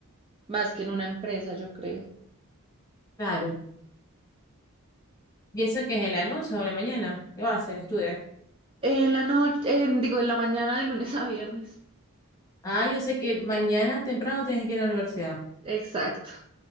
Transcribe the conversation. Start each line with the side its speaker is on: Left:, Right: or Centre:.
Right: más que en una empresa, yo creo.
Left: Claro. ¿Y eso que es en la noche o en la mañana? ¿Qué vas a hacer? Estudiar.
Right: En la noche, en, digo, en la mañana de lunes a viernes.
Left: Ah, yo sé que mañana temprano tienes que ir a la universidad.
Right: Exacto.